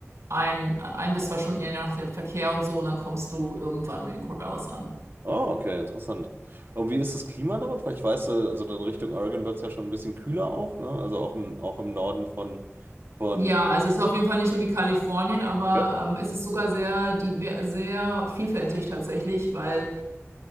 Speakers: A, on the right; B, on the right.
A: ein, ein bis zwei Stunden, je nach dem Verkehr und so, und dann kommst du irgendwann in Corvallis an.
B: Oh, okay, interessant. Und wie ist das Klima dort? Weil ich weiß, äh, also dann Richtung Oregon wird es ja schon ein bisschen kühler auch, ne? Also auch im, auch im Norden von, von
A: Ja, also es ist auf jeden Fall nicht so wie Kalifornien, aber
B: Ja,
A: ähm, es ist sogar sehr, diver sehr vielfältig tatsächlich, weil